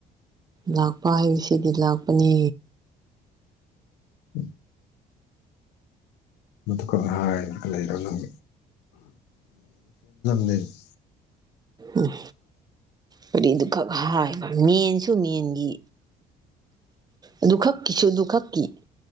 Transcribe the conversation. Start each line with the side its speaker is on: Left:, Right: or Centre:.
Right: ꯂꯥꯛꯄ ꯍꯥꯏꯕꯁꯤꯗꯤ ꯂꯥꯛꯄꯅꯦ
Left: <inaudible> ꯃꯗꯨꯈꯛ ꯍꯥꯏꯔꯒ ꯂꯩꯔꯣ ꯅꯪ ꯃꯦ <unintelligible>
Right: ꯎꯝ ꯀꯔꯤꯗꯨꯈꯛ ꯍꯥꯏꯕ ꯃꯦꯟꯁꯨ ꯃꯦꯟꯒꯤ ꯑꯗꯨ ꯈꯛꯀꯤꯁꯨ ꯑꯗꯨ ꯈꯛꯀꯤ